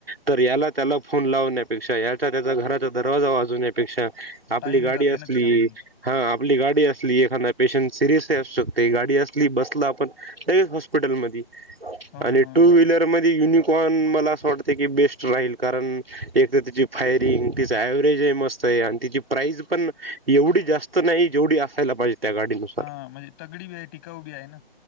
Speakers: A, on the right; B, on the left.
A: तर याला त्याला फोन लाव ण्या पेक्षा, एखाद्याचा घराचा दरवाजा वाजवण्यापेक्षा, आपली
B: टाईम
A: गाडी
B: जाते
A: असली
B: ना त्याच्यामध्ये
A: हां आपली गाडी असली, एखांदा पेशंट सिरियसही असू शकते, गाडी असली, बसल आपण. एक हॉस्पिटल मधी.
B: हो
A: आणि
B: ना हो ना.
A: टू व्हीलर मध्ये युनिकॉर्न मला असं वाटत की बेस्ट राहील कारण एक तर तिची फायरिंग, तिचा व्हरेज आहे. मस्त आहे. आणि तिची प्राईज पण एवढी जास्त जास्त नाही, जेवढी असायला पाहिजे. त्या गाडीनुसार
B: हा म्हणजे तगडी आहे, टिकाऊ बी आहे ना.